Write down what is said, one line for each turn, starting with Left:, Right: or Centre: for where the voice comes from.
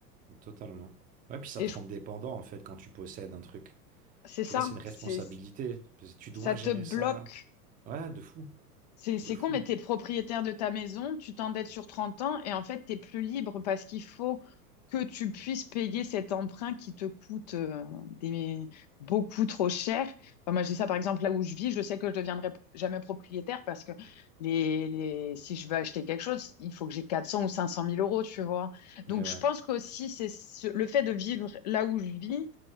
Right: Totalement. Ouais, puis ça
Left: Et
Right: te
Left: je-
Right: rend dépendant, en fait, quand tu possèdes un truc.
Left: c'est
Right: Tu
Left: ça,
Right: vois, c'est une responsabilité.
Left: c'est,
Right: parce que Tu
Left: ça
Right: dois
Left: te
Right: gérer
Left: bloque
Right: ça. Ouais, de fou,
Left: C'est, c'est
Right: de fou.
Left: con, mais t'es propriétaire de ta maison, tu t'endettes sur 30 ans et en fait, t'es plus libre parce qu'il faut que tu puisses payer cet emprunt qui te coûte euh, des- beaucoup trop cher. Enfin, moi, j'ai ça par exemple là où je vis, je sais que je ne deviendrai jamais propriétaire parce que les, les- si je veux acheter quelque chose, il faut que j'ai 400 ou 500 mille euros, tu vois. Donc,
Right: Mais ouais.
Left: je pense qu'aussi, c'est ce- le fait de vivre là où je vis